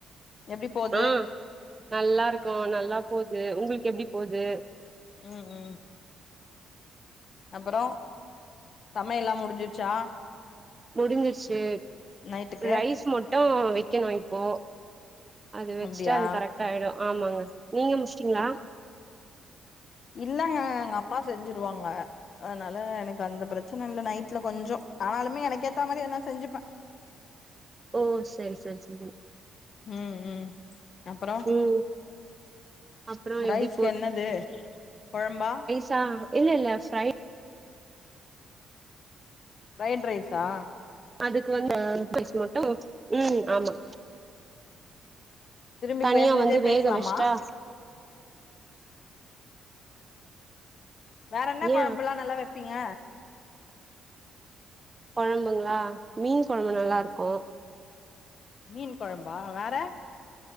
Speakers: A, on the left (about 55°); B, on the right (about 25°).
A: எப்டி போது
B: ஆ நல்லா இருக்கோ நல்லா போது உங்களுக்கு எப்டி போது
A: ம் ம் அப்பறோ சமையல்லா முடிஞ்சிருச்சா
B: முடிஞ்சிருச்சி
A: நைட்டுக்கு
B: ரைஸ் மட்டு வெக்கனு இப்போ அது வெச்ட்டா
A: அப்டியா
B: அது கரெக்டாயிடு ஆமாங்க நீங்க முச்ட்டீங்களா
A: இல்லங்க எங்க அம்மா செஞ்ஜிருவாங்க அதனால எனக்கு அந்த பிரச்சன இல்ல நைட்ல கொஞ்சோ ஆனாலுமே எனக்கு ஏத்த மாரி எதுனா செஞ்சுப்ப
B: ஓ செரி செரி செரி
A: ம் ம் அப்றோ
B: ம் அப்புறோ
A: ரைஸ்க்கு
B: எப்டி
A: என்னது கொழம்பா
B: தா இல்ல இல்ல ப்ரை
A: ஃப்ரைட் ரைஸா
B: அதுக்கு வந்து அ டிஸ் மட்டு ம் ஆமா
A: திரும்பி
B: தனியா
A: பேசனதே
B: வந்து வேக
A: பேசலாமா
B: வச்சுட்டா
A: வேற என்ன
B: ஏ
A: கொழம்புல்லா நல்லா வெப்பீங்க
B: கொழம்புங்ளா மீன் கொழம்பு நல்லாருக்கு
A: ம் மீன் கொழம்பா வேற